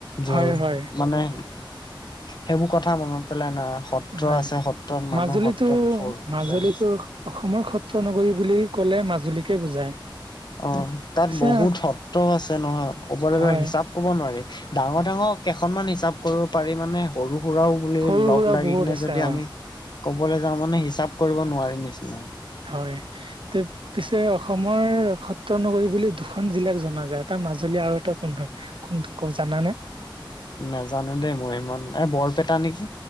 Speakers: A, on the left; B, on the right.
A: য'ত
B: হয় হয়
A: মানে সেইবোৰ কথা মনত পেলাই নাৰাখ সত্ৰ
B: হয়
A: আছে সত্ৰত
B: মাজুলীতো
A: মানুহ। সত্ৰত ভুল বুজা
B: মাজুলীতো অসমৰ সত্ৰ নগৰী বুলি ক'লে মাজুলীকে বুজায়।
A: অঁ, তাত
B: পিছে
A: বহুত সত্ৰও আছে নহয়। ক'বলে গ'লে
B: হয়
A: হিচাপ ক'ব নোৱাৰি। ডাঙৰ ডাঙৰ কেইখনমান হিচাপ কৰিব পাৰি। মানে সৰু সুৰাও বুলি
B: সৰু
A: লগ
B: সুৰা
A: লাগি
B: বহুত
A: কিনে
B: আছে
A: যদি
B: অ
A: আমি ক'বলে যাওঁ মানে হিচাপ কৰিব নোৱাৰি নিচিনা।
B: হয়, তেত পিছে অসমৰ সত্ৰ নগৰী বুলি দুখন জিলাক জনা যায়। এটা মাজুলী আৰু এটা কোন হয়? কোনটোক কয় জানা নে?
A: নাজানো দেই মই সিমান এ বৰপেটা নেকি?